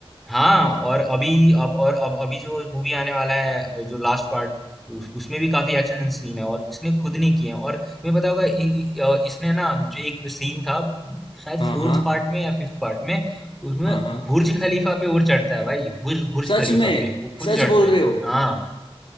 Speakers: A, in the centre; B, on the left.
A: हाँ और अभी अब और अब अभी जो मूवी आने वाला है जो लास्ट पार्ट उस, उसमें भी काफी एक्शन सीन है और इसने खुद नहीं किए हैं और तुम्हें पता होगा इ, इ, अ, इसने ना जो एक सीन था शायद
B: हाँ
A: फोर्थ
B: हाँ
A: पार्ट में या फिफ्थ पार्ट में उसमें
B: हाँ हाँ
A: बुर्ज खलीफा पे वो चढ़ता है भाई बुर्ज बुर्ज
B: सच
A: खलीफा
B: में
A: पे वो खुद
B: सच
A: चढ़ते
B: बोल
A: हैं
B: रहे हो
A: हाँ